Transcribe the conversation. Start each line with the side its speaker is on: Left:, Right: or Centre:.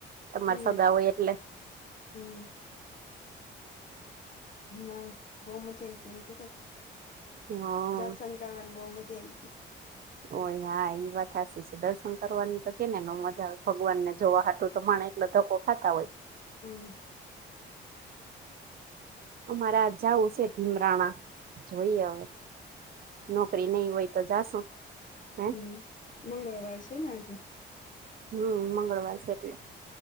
Right: તમારા
Left: હમ
Right: સગા હોય એટલે
Left: હમ ના બહુ મજા આઈ તી એમ કે
Right: હમ
Left: દર્શન કરવાની બહુ મજા આઈ તી.
Right: ઓય હા એ વાત હાસી છે દર્શન કરવાની તો કેને ન મજા આવે ભગવાન ને જોવા હાટુ તો માણે એટલે ધક્કો ખાતા હોય.
Left: હમ
Right: અમારા આજ જાવું શે ભીમરાણા, જોઈએ હવે નોકરી નઈ હોય તો જાશું હે.
Left: હમ મંગળવાર છે ને આજે?
Right: હમ મંગળવાર છે. એટલે